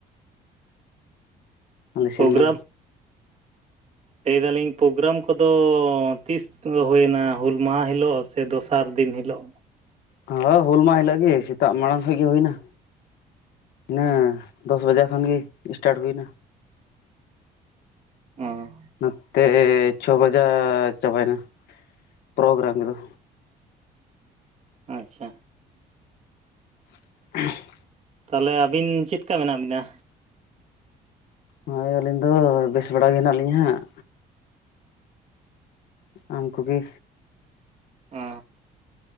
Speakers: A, on the left; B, on the right.
A: ᱟᱞᱮ ᱥᱮᱱ
B: ᱯᱨᱳᱜᱨᱟᱢ
A: ᱫᱚ᱾
B: ᱞᱟᱹᱭ ᱫᱟᱞᱤᱧ ᱯᱨᱳᱜᱨᱟᱢ ᱠᱚᱫᱚ ᱛᱤᱥ ᱦᱩᱭᱮᱱᱟ ᱦᱩᱞ ᱢᱟᱦᱟ ᱦᱤᱞᱳᱜ ᱥᱮ ᱫᱚᱥᱟᱨ ᱫᱤᱱ ᱦᱤᱞᱳᱜ?
A: ᱦᱚᱸ, ᱦᱩᱞ ᱢᱟᱦᱟ ᱦᱤᱞᱳ ᱜᱮ ᱥᱮᱛᱟᱜ ᱢᱟᱲᱟᱝ ᱠᱷᱚᱡ ᱜᱮ ᱦᱩᱭᱱᱟ᱾ ᱦᱮ ᱸᱫᱚᱥ ᱵᱟᱡᱮ ᱠᱷᱚᱱ ᱜᱮ ᱥᱴᱟᱴ ᱦᱩᱭᱱᱟ᱾
B: ᱚ᱾
A: ᱱᱚᱛᱮ ᱪᱷᱚ ᱵᱟᱡᱟᱜ ᱪᱟᱵᱟᱭᱱᱟ ᱯᱨᱳᱜᱨᱟᱢ ᱫᱚ᱾
B: ᱟᱪᱪᱷᱟ᱾
A: <inaudible>
B: ᱛᱟᱦᱞᱮ ᱟᱹᱵᱤᱱ ᱪᱮᱫᱠᱟ ᱢᱮᱱᱟᱜ ᱵᱮᱱᱟ?
A: ᱦᱚᱸ, ᱟᱹᱞᱤᱧ ᱫᱚ ᱵᱮᱥ ᱵᱮᱲᱟ ᱜᱮ ᱦᱮᱱᱟᱜ ᱞᱤᱧᱟ ᱦᱟᱸᱜ᱾ ᱩᱱᱠᱩ ᱜᱮ?
B: ᱚ᱾